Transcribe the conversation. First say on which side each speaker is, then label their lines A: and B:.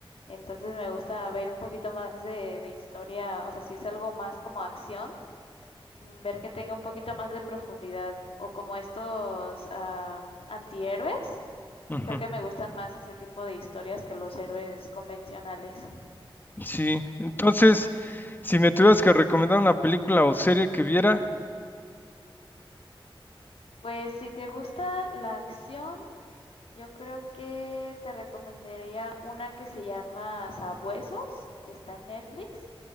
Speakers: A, on the left; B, on the left.
A: Entonces me gusta ver un poquito más de, de historia, o sea, si es algo más como acción, mm, ver que tenga un poquito más de profundidad o como estos ah, antihéroes,
B: Ujú.
A: creo que me gustan más ese tipo de historias que los héroes convencionales.
B: Sí, entonces, si me tuvieras que recomendar una película o serie que viera,
A: Mm, Pues si te gusta la acción... Yo creo que te recomendaría una que se llama Sabuesos, está en Netflix.